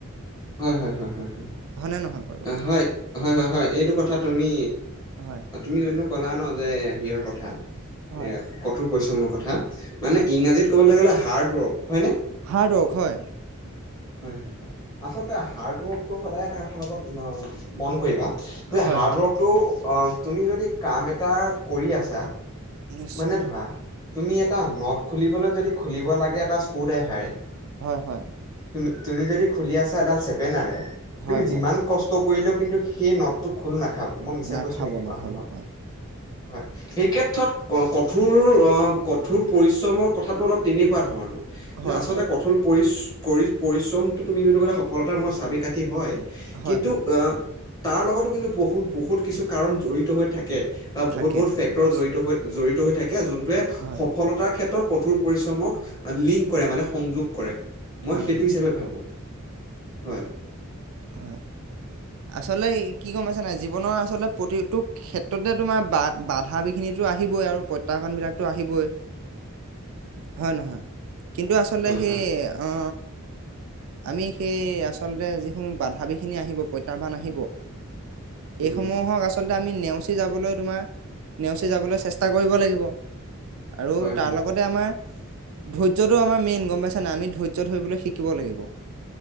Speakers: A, on the left; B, on the right.
A: হয় হয় হয় হয়
B: হয়নে নহয় বাৰু?
A: হয়, হয় হয় হয় এইটো কথা তুমি
B: হয়,
A: তুমি যোনটো কলা ন যে সিয়ৰ কথা
B: হয়,
A: এ কঠোৰ পৰিশ্ৰমৰ কথা মানে
B: হয়,
A: ইংৰাজীত ক'বলৈ গ'লে হাৰ্ডৱৰ্ক হয়নে?
B: হাৰ্ডৱৰ্ক হয়।
A: হয় হয় হয় আচলতে হাৰ্ড ৱৰ্কটো সদায় এটা কথা লগত মন কৰিবা যে
B: হয়,
A: হাৰ্ডৱৰ্কটো
B: হয়।
A: অ তুমি যদি কাম এটা কৰি আছা
B: নিশ্চয়,
A: মানে ধৰা তুমি এটা নদ খুলিবলৈ যদি খুলিব লাগে এটা স্ক্ৰু ড্ৰাইভাৰে
B: হয় হয়
A: তুমি তুমি যদি খুলি আছা এডাল চেপেনাৰে
B: হয়,
A: তুমি যিমান
B: হয়,
A: কছ ষ্ট কৰিলেও কিন্তু সেই নদটো খোল নাখাব, মই মিছা
B: নাখাব
A: কৈছো নেকি কোৱাচোন
B: নাখাব
A: বাৰু।
B: হয়।
A: হয় এই ক্ষেত্ৰত অ' কঠোৰ অ কঠোৰ পৰিশ্ৰমৰ কথাটো অলপ তেনেকুৱা ধৰণৰ। যে
B: হয়,
A: আচলতে
B: হয়।
A: কঠোৰ পৰি পৰিশ্ৰমটো তুমি যনটো কলা সফলতাৰ মূল চাবি-কাঠী হয়
B: হয়,
A: কিন্তু
B: হয়,
A: আহ তাৰ লগতো কিন্তু বহুত বহুত কিছু কাৰণ জড়িত হৈ থাকে। বা
B: থাকে
A: বহুত বহুত
B: থাকে
A: ফেক্টৰ
B: নিশ্চয়।
A: জড়িত হৈ জড়িত হৈ থাকে। যোনটোৱে
B: হয়।
A: সফলতাৰ ক্ষেত্ৰ ৰ কঠোৰ পৰিশ্ৰমক লিংক কৰে
B: হয়,
A: মানে সংযোগ কৰে মই
B: হয়,
A: সেইটো
B: হয়,
A: হিচাপে ভাবোঁ, হয়।
B: অ', আচলতে কি গম পাইছা নাই জীৱনৰ আচলতে প্ৰতিটোক- ক্ষেত্ৰতে তোমাৰ বা-বাধা বিঘিনিতো আহিবই আৰু প্ৰত্যাহ্বান বিলাকতো আহিবই। হয় নহয়, কিন্তু আচলতে
A: হয়
B: সেই
A: হয়
B: অ' আমি সেই আচলতে যিসমূহ বাধা বিঘিনি আহিব প্ৰত্যাহ্বান আহিব।
A: উম
B: এইসমূহক আচলতে আমি নেওচি যাবলৈ তোমাৰ নেওচি যাবলৈ চেষ্টা কৰিব লাগিব। আৰু
A: হয়
B: তাৰ
A: হয়
B: লগতে আমাৰ ধৈৰ্যটো আমাৰ মেইন গম পাইছা নাই, আমি ধৈৰ্য ধৰিবলৈ শিকিব লাগিব।